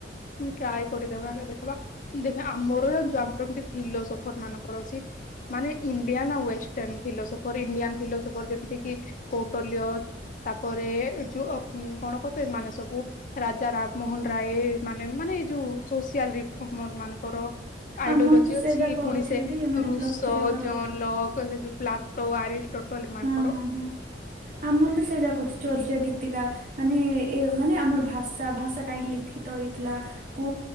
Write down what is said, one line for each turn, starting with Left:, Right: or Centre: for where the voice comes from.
Left: ହଁ ଟ୍ରାୟ କରିଦେବା ଆ ଦେଖବା ଦେଖ ଆମର ଜାଣିଛୁ ଆମର ଏମତି ଫିଲୋସଫି, ଭୋଟର ମାନଙ୍କର ଅଛି, ମାନେ ଇଣ୍ଡିଆନ ଆଉ ୱେଷ୍ଟେରନ ଫିଲୋସଫର, ଇଣ୍ଡିଆନଫିଲୋସଫର ଯେମିତି କିି କୌଟଲ୍ୟ, ତାପରେ ଯୋଉ କଣ କ ତ ଏମାନେସବୁ ରାଜା ରାମମୋହନ ରାୟ, ମାନେ, ମାନେ ଏଇ ଯୋଉ ସୋସିଆଲ ରିଫର୍ମର ମାନଙ୍କର। ଆଇଡୋଲୋଜି
Right: ଆମର ତ
Left: ଅଛି
Right: ସେ ଯାକ
Left: ପୁଣି
Right: ଅଛି
Left: ସେ
Right: ଦିଦି ମାନେ
Left: ରୁଷୋ,
Right: ପ୍ଲସ୍ ଥ୍ରୀ ଆମର
Left: ଜନଲକ, ସେ ଯୋଉ ପ୍ଲାପ, ତୋ ଆରିଶଟୋଟଲ ଏମାନଙ୍କର,
Right: ହଁ ହଁ ହଁ। ଆମର ବି ସେଯାକ ଅଛି ଚର୍ଚ୍ୟା ଗୀତିକା, ମାନେ, ଏମାନେ ଆମର ଭାଷା, ଭାଷାକାହିଁକି ଲିଖିତ ହେଇଥିଲା, କୁ,